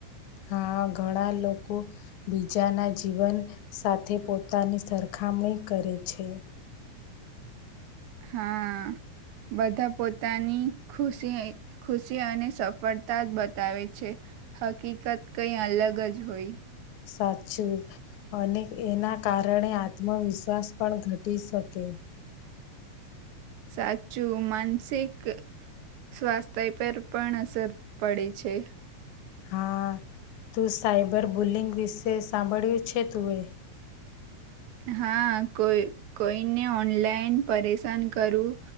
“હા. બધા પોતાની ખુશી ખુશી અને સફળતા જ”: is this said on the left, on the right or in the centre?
Right